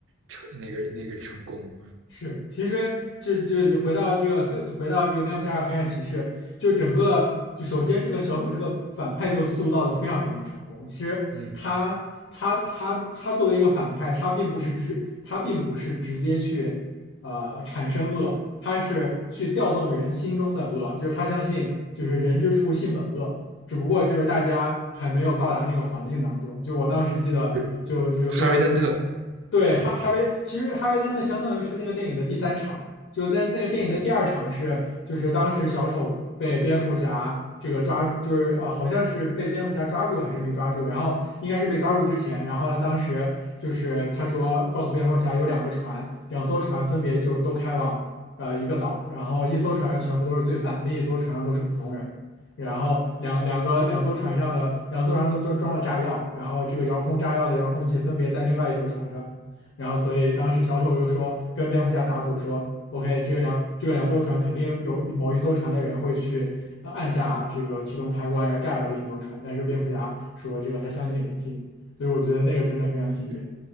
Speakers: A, on the right (about 75°); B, on the left (about 70°).
A: 成那个那个成功。
B: 是，其实就就回到这个黑，回到这个蝙蝠侠二黑暗骑士，就是整个就首先这个小丑这个反派就塑造的非常非常成功。其实他他他他作为一个反派，
A: 嗯，
B: 他并不是直他并不是直接去呃产生恶，他是去调动人心中的恶，就是他相信就是人之初性本恶，只不过就是大家还没有到达那个环境当中。就我当时记得，
A: 是哈维·
B: 就这个非常
A: 丹特，
B: 对哈哈维，
A: 嗯，
B: 其实哈维丹的相当于是那个电影的第三场，就在那个电影的第二场是，
A: 是
B: 就是当时小丑被蝙蝠侠这个抓住，就是呃好像是被蝙蝠侠抓住还是没抓住，然后应该是被抓住之前，然后他当时就是他说告诉蝙蝠侠有两个船，两艘船分别就都开往。呃，一个岛，然后一艘船上全部都是罪犯，另一艘船上都是普通人。然后两两个两艘船上的两艘船都都装了炸药，然后这个遥控炸药的遥控器分别在另外一艘船上，然后所以当时小丑又说跟蝙蝠侠打赌说，OK，这个两这个两艘船肯定有某一艘船的人会去呃按下这个启动开关，然后炸掉另一艘船，但是蝙蝠侠说这个他相信人性，所以我觉得那个真的非常经典，
A: 是。